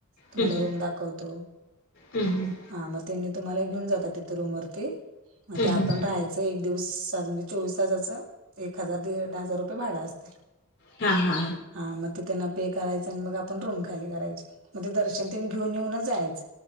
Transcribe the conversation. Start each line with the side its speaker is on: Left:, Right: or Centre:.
Right: तुम्हाला
Left: हम्म
Right: रूम दाखवतो.
Left: हम्म हम्म.
Right: हा मग त्यांनी तुम्हाला घेऊन जातात तिथे रूम वरती, मग ते आपण
Left: हम्म
Right: राहाय च अस. एक दिवस म्हणजे चोवीस तासाच एक हजार, दीड हजार रुपये भाडं असते.
Left: हां हा.
Right: हा मग ते त्यांना पे करायचं, आणि मग आपण रूम खाली करायची, मग ते दर्शन तेन घेऊन येऊनच जायचं.